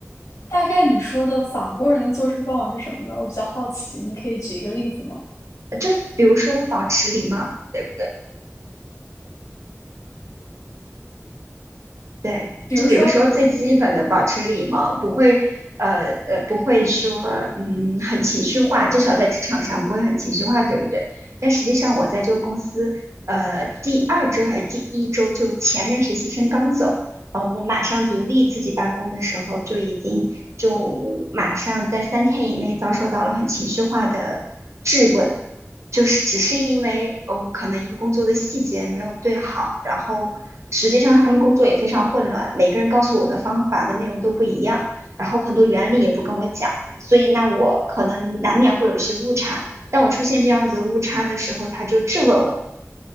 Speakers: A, on the left; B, on the right.
A: 大概你说的法国人的做事方法是什么呢？我比较好奇，你可以举一个例子吗？
B: 就比如说保持礼貌，对不对？对，
A: 比如说，
B: 就比如说最基本的保持礼貌，不会呃呃不会说嗯很情绪化，至少在职场上不会很情绪化，对不对？但实际上我在这个公司呃第二周还是第一周，就前任实习生刚走，呃我马上独立自己办公的时候，就已经就马上在三天以内遭受到了很情绪化的质问。就是只是因为哦，可能一个工作的细节没有对好，然后实际上他们工作也非常混乱，每个人告诉我的方法的内容都不一样，然后很多原理也不跟我讲，所以那我可能难免会有一些误差。当我出现这样子的误差的时候，他就质问我，